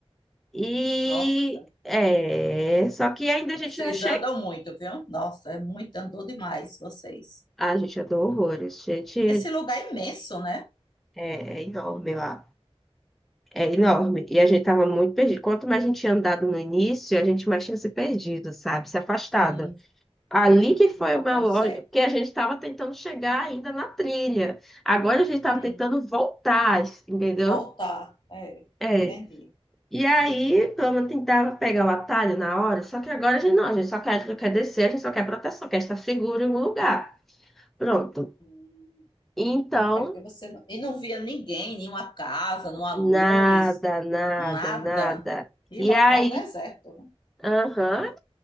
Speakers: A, in the centre; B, on the left.
A: E
B: Nossa,
A: é, só que ainda
B: vocês
A: a gente não chega.
B: andam muito, viu? Nossa, é muito, andou demais vocês.
A: Ah, gente, eu dou horrores. Gente,
B: Esse lugar é imenso, né?
A: é, é enorme lá. É enorme. E a gente tava muito perdido. Quanto mais a gente tinha andado no início, a gente mais tinha se perdido, sabe? Se afastado.
B: Sim,
A: Ali que foi
B: do local
A: uma loja,
B: certo.
A: porque a gente estava tentando chegar ainda na trilha. Agora a gente estava
B: Hum,
A: tentando voltar, entendeu?
B: voltar, é,
A: É.
B: entendi.
A: E aí, pelo menos tentava pegar o atalho na hora, só que agora a gente não, a gente só quer, quer descer, a gente só quer proteção, quer estar seguro em algum lugar. Pronto.
B: Hum,
A: Então,
B: é porque você não, e não via ninguém, nenhuma casa, nenhuma
A: nada,
B: luz,
A: nada,
B: nada.
A: nada.
B: Que
A: E
B: local
A: aí,
B: deserto. né?
A: aham,